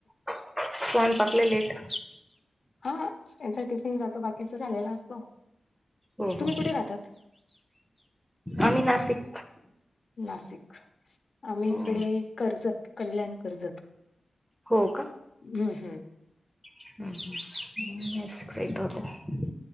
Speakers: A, in the centre; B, on the left.
A: स्वयं पाकलेले एक
B: हा त्यांचा टिफिन जातो, बाकीचा झालेला असतो.
A: हो
B: तुम्ही
A: का,
B: कुठे राहतात
A: आम्ही नाशिक
B: नाशिक, आम्ही
A: हो
B: इकडे कर्जत कल्याण कर्जत
A: हो का.
B: हम्, हम्
A: हम् ह बिकसतत <inaudible>